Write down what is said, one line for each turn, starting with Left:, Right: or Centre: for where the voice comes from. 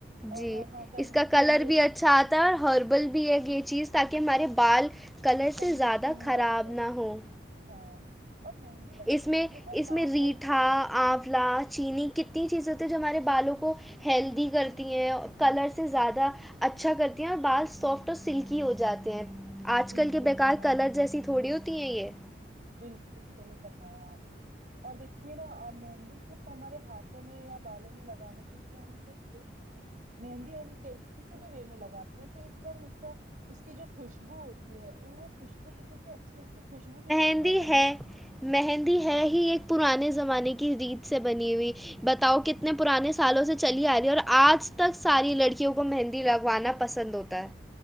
Right: اور
Centre: جی
Right: ہاں کنڈیشنر
Centre: اس کا کلر
Right: یہ
Centre: بھی اچھا آتا ہے اور ہربل بھی ہے یہ چیز تاکہ ہمارے بال کلر
Right: کنڈیشننگ
Centre: سے زیادہ خراب
Right: رہتے
Centre: نہ
Right: ہیں
Centre: ہوں
Right: ہاں اور مہندی لگانے
Centre: اس میں
Right: سے دیکھو
Centre: اس
Right: ماحول
Centre: میں ریٹھا آولا چینی کتنی چیزیں تو جو ہمارے بالوں کو ہیلدی کرتی ہیں اور کلر سے زیادہ اچھا کرتی ہیں اور بال سافٹ اور سلکی ہو جاتے ہیں آج کل
Right: بالکل
Centre: کے بےیکار
Right: ہاں
Centre: کلر
Right: جی
Centre: جیسی تھوڑی ہوتی ہیں یہ
Right: بالکل صحیح فرمایا آپ نے اور دیکھیے نا مہندی صرف ہمارے ہاتھوں میں یا بالوں میں لگانے کے لیے ہم کوئی نہیں ہے مہندی ہم کسی بھی وے میں لگاتے ہیں تو ایک دم اس کا اس کی جو خوشبو ہوتی ہے وہ خوشبو کتنی اچھی اس کی خوشبو بھی کتنی
Centre: ندی
Right: اہمیت
Centre: ہے مہندی ہے ہی ایک پرانے ز زمانے کی ریت سے بنی ہوئی بتاؤ کتنے پرانے سالوں سے چلی آ رہی اور آج تک ساری لڑکیوں کو مہندی لگوانا پسند ہوتا ہے